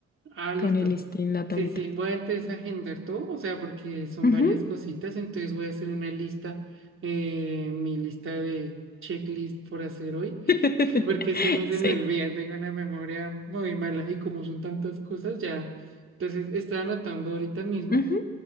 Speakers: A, on the right; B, on the left.
A: Ah, listo.
B: con el este en la
A: Sí,
B: tablita.
A: sí. Voy a entonces agendar todo, o sea, porque son
B: Ujú.
A: varias cositas. Entonces voy a hacer una lista, eh, mi lista de checklist por hacer hoy,
B: <laughs>
A: <laughs> porque se me, se
B: Sí.
A: me olvida, tengo una memoria muy mala y como son tantas cosas, ya. Entonces estoy anotando ahorita mismo.
B: Ujú.